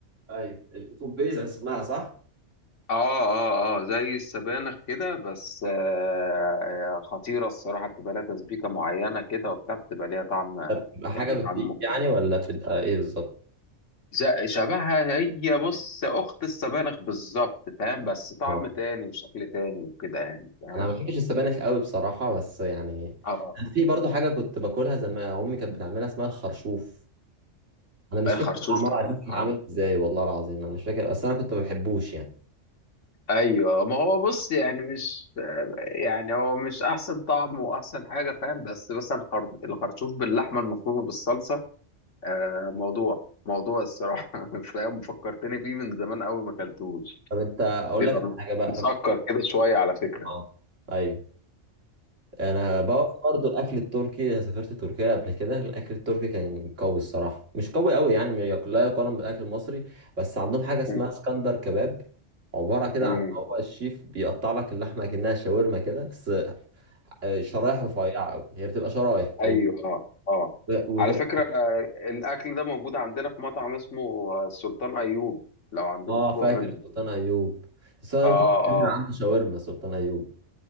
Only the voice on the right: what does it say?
ايوه الكوبيز اسمها صح؟
تبقى حاجه
بتديك
يعني ولا بتبقى ايه بالظبط
اه
انا ما بحبش السبانخ قوي بصراحه بس يعني
في برضه حاجه كنت باكلها زمان امي كانت بتعملها اسمها الخرشوف انا مش
فاكر عمار
عزيز كان
عامل ازاي والله العظيم انا مش فاكر بس انا كنت ما بحبوش يعني
طب انت اقول
لك على حاجه بقى
اه ايوه انا بقى برضو الاكل التركي سافرت تركيا قبل كده الاكل التركي كان قوي الصراحه مش قوي قوي يعني ما يق- لا يقارن بالاكل المصري بس عندهم حاجه اسمها
اسكندر كباب عباره كده
عن هو الشيف بيقطع لك اللحمه كأنها شاورما كده بس آه، شرايح رفيعه قوي هي بتبقى شرايح طويله
وتبقى
اه فاكر
سلطان ايوب بس انا
كنت بحب
عنده شاورما سلطان ايوب